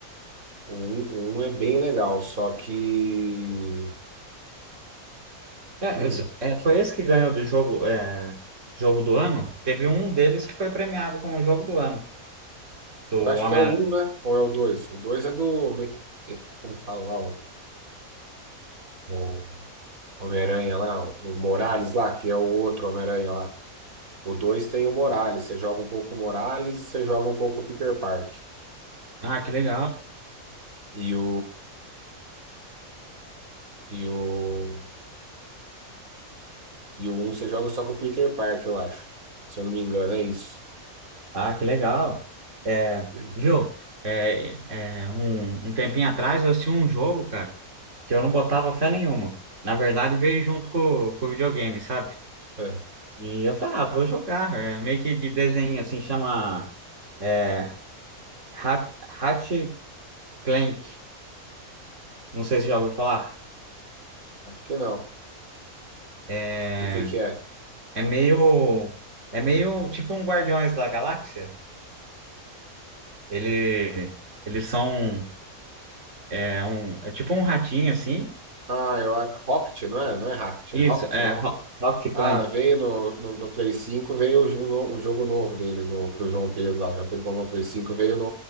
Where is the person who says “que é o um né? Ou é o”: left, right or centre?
Right